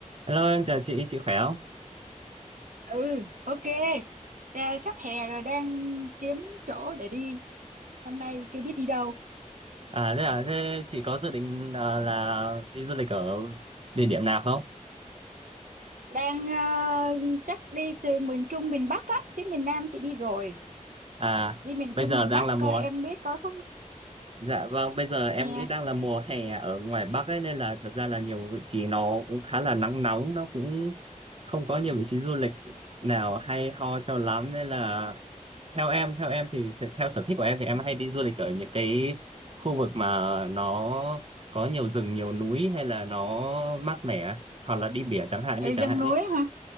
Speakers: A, on the right; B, on the right.
A: Hello, em chào chị, chị khỏe không?
B: ừ ok Ra sắp hè rồi đang kiếm chỗ để đi năm nay chưa biết đi đâu
A: À, thế là thế chị có dự định à, là đi du lịch ở địa điểm nào không?
B: đang ờ, chắc đi từ miền Trung miền Bắc á chứ miền Nam chị đi rồi
A: À,
B: đi miền
A: bây
B: Trung
A: giờ
B: miền
A: đang
B: Bắc
A: là mùa
B: coi em biết có không
A: Dạ vâng, bây giờ em
B: hè
A: nghĩ đang là mùa hè ở ngoài Bắc ấy nên là thật ra là nhiều vị trí nó cũng khá là nắng nóng, nó cũng không có nhiều vị trí du lịch nào hay ho cho lắm nên là theo em, theo em thì sẽ- theo sở thích của em thì em hay đi du lịch ở những cái khu vực mà nó có nhiều rừng, nhiều núi hay là nó mát mẻ hoặc là đi biển chẳng hạn
B: ở
A: đi
B: rừng
A: chẳng hạn
B: núi
A: đi.
B: hả